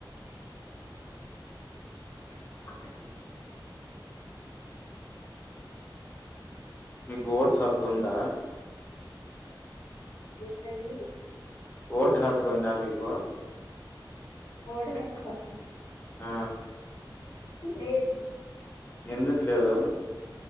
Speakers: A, on the left; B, on the left.
A: ఒ ఒ
B: మీకు ఓటు హక్కు ఉందా
A: ఏంటండి
B: ఓటు హక్కు ఉందా మీకు
A: ఒల్డ్ బస్టాండ్
B: ఆ
A: లేదు
B: ఎందుకు లేదు